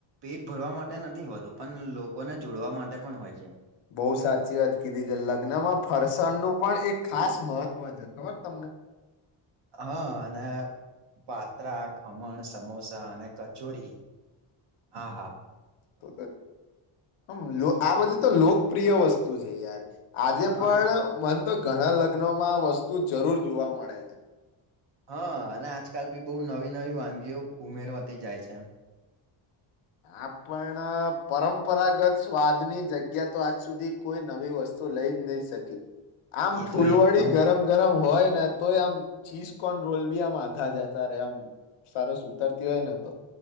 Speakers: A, on the right (about 55°); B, on the left (about 85°).
A: પેટ ભરવા માટે નથી હોતું પણ લોકોને જોડવા માટે પણ હોય છે.
B: બઉુ સાચી વાત કીધી છે લગ્નમાં ફરસાણનું પણ એક ખાસ મહત્વ છે ખબર તમને
A: હા અને પાત્રા ખમણ સમોસા અને કચોરી. હા-હા.
B: તો મ આ બધી તો લોકપ્રિય વસ્તુ છે. યાર. આજે
A: હા
B: પણ મ તો ઘણા લગ્નો માં આ વસ્તુ જરૂર જોવા મળે છે.
A: હા અને આજકાલ બી બહુ નવી નવી વાનગીઓ ઉમેરવાતી જાય છે.
B: આપણ પરંપરાગત સ્વાદની જગ્યા. તો આજ સુધી કોઈ નવી વસ્તુ લઈ નહી શકે આમ
A: એ
B: ફૂલવડી
A: તો એકદમ
B: ગરમ ગરમ હોય. તો આમ ચીઝકોન રોલ બી આમ આખા જાય ત ર આમ સારસ ઉતારતી હોય ને તો